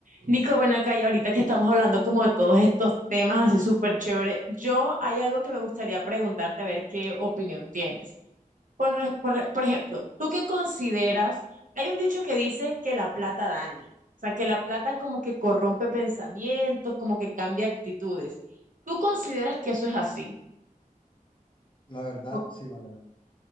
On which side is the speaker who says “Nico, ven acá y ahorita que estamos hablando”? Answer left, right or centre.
Right